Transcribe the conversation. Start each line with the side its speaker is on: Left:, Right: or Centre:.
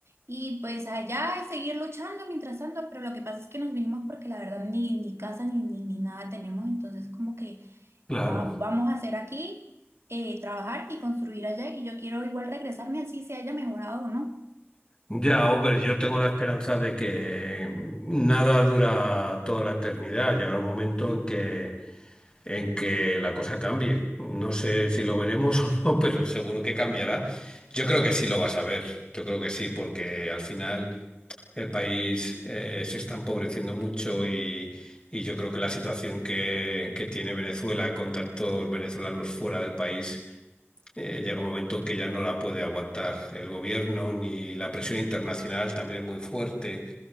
Right: y pues allá seguir luchando mientras tanto, pero lo que pasa es que nos vinimos porque la verdad ni, ni casa ni, ni, ni nada tenemos, entonces como que
Left: Claro.
Right: va- vamos a hacer aquí, eh, trabajar y construir allá y yo quiero igual regresarme así se haya mejorado o no.
Left: Ya, hombre, yo tengo la esperanza de que nada dura toda la eternidad. Llegará un momento en que, en que la cosa cambie. No sé si lo veremos <laughs> o no, pero seguro que cambiará. Yo creo que sí lo vas a ver. Yo creo que sí, porque al final. El país eh, se está empobreciendo mucho y, y yo creo que la situación que, que tiene Venezuela con tantos venezolanos fuera del país eh, llega un momento que ya no la puede aguantar el gobierno ni la presión internacional también es muy fuerte.